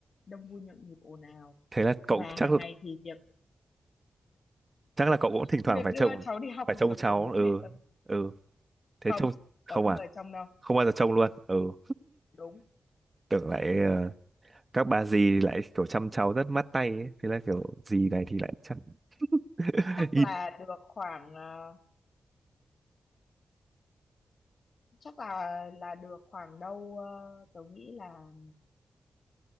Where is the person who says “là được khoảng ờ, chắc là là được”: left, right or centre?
Left